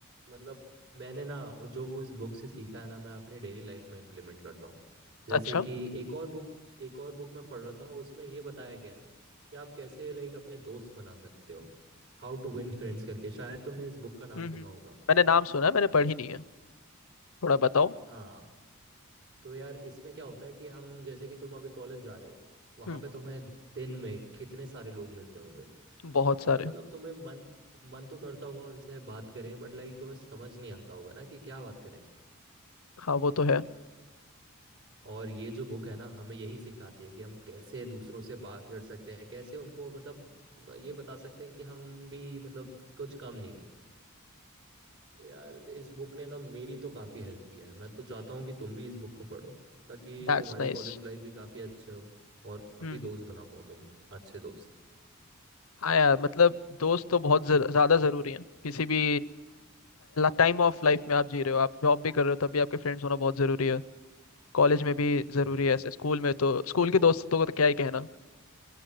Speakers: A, on the right; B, on the left.
A: मतलब मैंने ना वो जो उस बुक से सीखा है ना मैं अपनी डेली लाइफ में इम्प्लीमेंट करता हूँ जैसे
B: अच्छा
A: कि एक और बुक एक और बुक मैं पढ़ रहा था उसमें ये बताया गया है कि आप कैसे लाइक अपने दोस्त बना सकते हो हाउ टू विन फ्रेंड्स करके शायद तुमने इस बुक का नाम
B: हम्म
A: सुना
B: हम्म, हम्म।
A: होगा
B: मैंने नाम सुना है मैंने पढ़ी नहीं है थोड़ा बताओ
A: हाँ तो यार इसमें क्या होता है कि हम जैसे कि तुम अभी कॉलेज जा रहे हो वहां
B: हम्म
A: पे तुम्हें दिन में कितने सारे लोग मिलते होंगे
B: बहुत
A: और
B: सारे
A: मतलब तुम्हें मन मन तो करता होगा उनसे बात करें बट लाइक तुम्हें समझ नहीं आता होगा ना कि क्या बात करें
B: हाँ वो तो है
A: और ये जो बुक है ना हमें यही सिखाती है कि हम कैसे दूसरों से बात कर सकते हैं कैसे उनको मतलब ये बता सकते हैं कि हम भी मतलब कुछ कम नहीं है तो यार इस बुक ने ना मेरी तो काफ़ी हेल्प किया है मैं तो चाहता हूँ कि तुम भी इस बुक को पढ़ो ताकि
B: That's
A: तुम्हारी
B: nice
A: कॉलेज लाइफ भी काफ़ी अच्छे हो और काफ़ी
B: हम्म
A: दोस्त बना पाओ तुम अच्छे दोस्त
B: हाँ यार मतलब दोस्त तो बहुत जर- ज्यादा जरूरी है किसी भी टाइम ऑफ लाइफ में आप जी रहे हो आप जॉब भी कर रहे हो तभी आपके फ्रेंड्स होना बहुत जरूरी है कॉलेज में भी जरूरी
A: हम्म
B: है ऐसे स्कूल में तो स्कूल के दोस्तों को तो क्या ही कहना